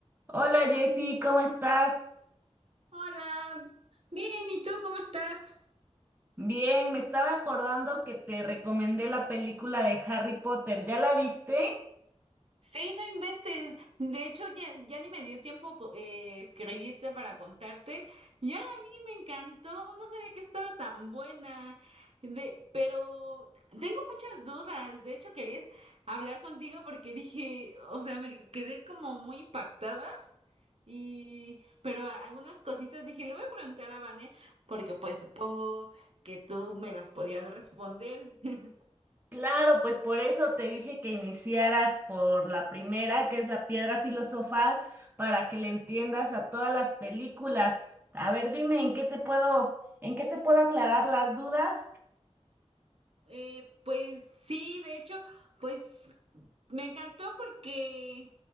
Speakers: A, on the right; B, on the right.
A: Hola Jessy, ¿cómo estás?
B: Hola, bien, ¿y tú cómo estás?
A: Bien, me estaba acordando que te recomendé la película de Harry Potter. ¿Ya la viste?
B: Sí, no inventes. De hecho, ya, ya ni me dio tiempo co- eh, escribirte para contarte. Ya la vi, me encantó. No sabía que estaba tan buena. De, pero tengo muchas dudas. De hecho, quería hablar contigo porque dije, o sea, me quedé como muy impactada. Y, pero a- algunas cositas dije, le voy a preguntar a Vane porque pues supongo que tú me las podías responder. <laughs>
A: Claro, pues por eso te dije que iniciaras por la primera, que es la piedra filosofal, para que le entiendas a todas las películas. A ver, dime, ¿en qué te puedo, en qué te puedo aclarar las dudas?
B: Eh, pues sí, de hecho, pues me encantó porque